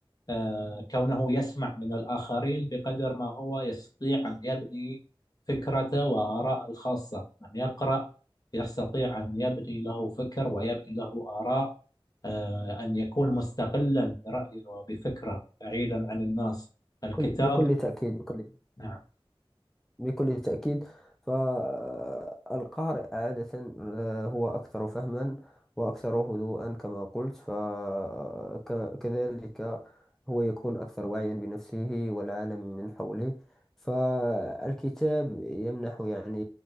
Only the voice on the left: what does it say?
آه، كونه يسمع من الآخرين بقدر ما هو يستطيع أن يبني فكرته وآراء الخاصة من يقرأ يستطيع أن يبني له فكر ويبني له آراء آه، أن يكون مستقلا برأيه وبفكره بعيدا عن الناس الكتاب
نعم